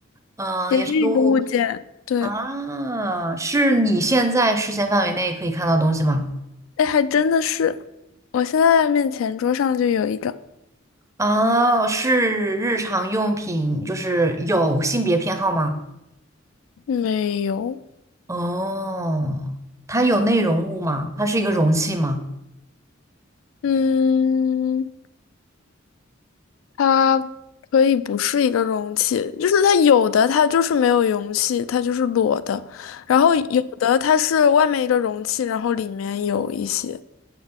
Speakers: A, on the right; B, on the left.
A: 嗯，
B: 也是一个物件，
A: 也是个误。
B: 对。
A: 啊，是你现在视线范围内可以看到的东西吗？
B: 哎，还真的是，我现在面前桌上就有一个，
A: 啊，是日常用品，就是有性别偏好吗？
B: 没有，
A: 哦，它有内容物吗？它是一个容器吗？
B: 嗯，它可以不是一个容器，就是它有的它就是没有容器，它就是裸的，然后有的它是外面一个容器，然后里面有一些，